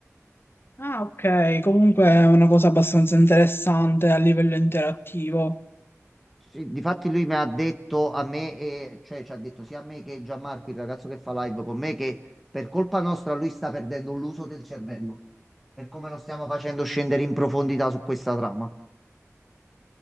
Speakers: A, on the left; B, in the centre.
A: Ah, ok, comunque è una cosa abbastanza interessante a livello interattivo.
B: Sì, difatti lui mi ha detto a me, e- cioè ci ha detto sia a me che Gianmarco, il ragazzo che fa live con me, che per colpa nostra lui sta perdendo l'uso del cervello, per come lo stiamo facendo scendere in profondità su questa trama.